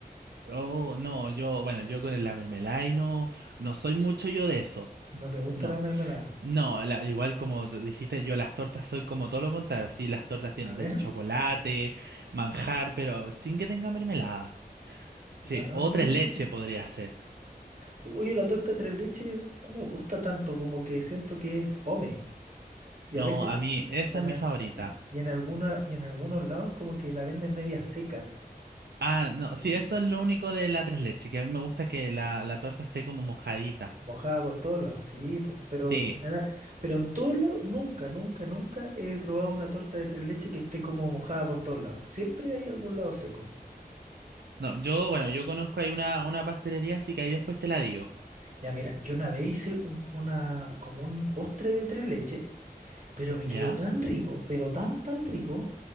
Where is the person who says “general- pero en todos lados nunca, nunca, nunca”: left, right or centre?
Right